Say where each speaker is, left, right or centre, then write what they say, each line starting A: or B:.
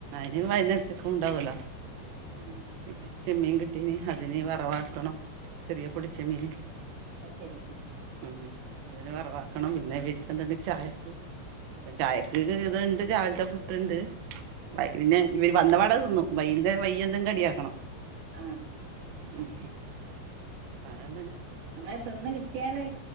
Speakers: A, on the right; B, on the right.
A: ഇനി വൈകുന്നേരത്തേക്കും ഉണ്ടാവൂലോ
B: ആഹ്
A: പിന്നെ ചെമ്മീൻ കിട്ടീന് അതിനി വറവാക്കണം ചെറിയ പൊടി ചെമ്മീന്
B: അയ്ശേരി
A: ഉം അത് ഇനി വറവാക്കണം പിന്നെ ഇവരിക്ക് എന്തെങ്കും ചായക്ക് ഇപ്പം ചായക്ക് ഇത് ഇത്ണ്ട് രാവിലത്തെ പുട്ട്ണ്ട്
B: ഉം
A: വൈ പിന്നെ ഇവര് വന്നപാടെ തിന്നും വയ്യ്ന്തേ വയ്യ് എന്തും കടിയാക്കണം
B: ആഹ്
A: ഉം അത
B: ഇങ്ങനെ തിന്ന് കിട്ടിയല്